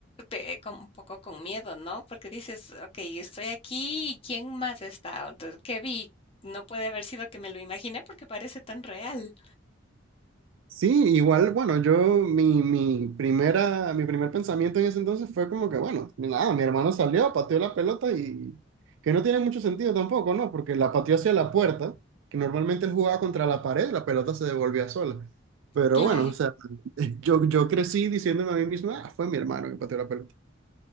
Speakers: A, on the left; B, on the right.
A: pe- como un poco con miedo, ¿no? Porque dices, ok, estoy aquí y ¿quién más está? Entonces, ¿qué vi? No puede haber sido que me lo imaginé porque parece tan real.
B: Sí, igual, bueno, yo, mi, mi primera, mi primer pensamiento en ese entonces fue como que, bueno, nada, mi hermano salió, pateó la pelota y que no tiene mucho sentido tampoco, ¿no? Porque la pateó hacia la puerta, que normalmente él jugaba contra la pared, la pelota se devolvía sola. Pero
A: Claro,
B: bueno, o sea, <laughs> yo, yo crecí diciéndome a mí mismo, ah, fue mi hermano que pateó la pelota.